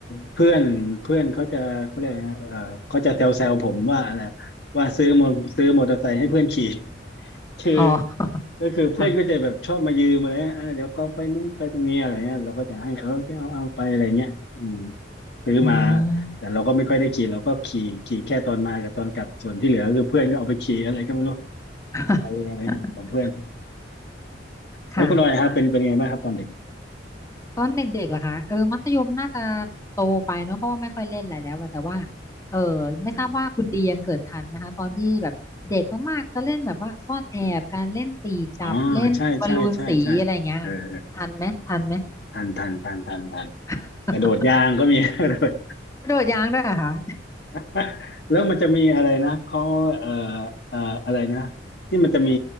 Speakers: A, on the left (about 60°); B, on the left (about 15°).
A: เพื่อนเพื่อนเขาจะเขาเรียกนะเอ่อเขาจะแซวๆผมว่าอะไรว่าซื้อมอซื้อมอเตอร์ไซค์ให้เพื่อนขี่ คือ
B: อ๋อ
A: ก็คือเพื่อนก็จะแบบชอบมายืมอะไรเงี้ยเออเดี๋ยวก็ไปนู่นไปตรงนี้อะไรเงี้ยเราก็จะให้เออแค่เอาเอาไปอะไรเงี้ยอืม
B: ค่ะ
A: ซื้อมา
B: อืม
A: แต่เราก็ไม่ค่อยได้ขี่เราก็ขี่ขี่แค่ตอนมากับตอนกลับส่วนที่เหลือคือเพื่อนก็เอาไปขี่อะไรก็ไม่รู้
B: <laughs>
A: ไปอะไรของเพื่อนแล้วคุณออยครับเป็นเป็นยังไงบ้างครับตอนเด็ก
B: ค่ะ ตอนเด็กๆเหรอคะเออมัธยมน่าจะโตไปเนอะเพราะว่าไม่ค่อยเล่นอะไรแล้วอะแต่ว่าเออไม่ทราบว่าคุณดียังเกิดทันไหมคะตอนที่แบบเด็กมากๆจะเล่นแบบว่าซ่อนแอบการเล่นตีจับเล่นบอลลูนสีอะไรอย่างเงี้ยค่ะทันไหมทันไหม
A: อืมอ๋อใช่ใช่ใช่ใช่เออเออทันทันทันทันทัน
B: <laughs>
A: กระโดดยางก็มี <laughs> กระโดด
B: กระโดดยางด้วยเหรอคะ
A: <laughs> แล้วมันจะมีอะไรนะเขาเอ่อเอ่ออะไรนะที่มันจะมี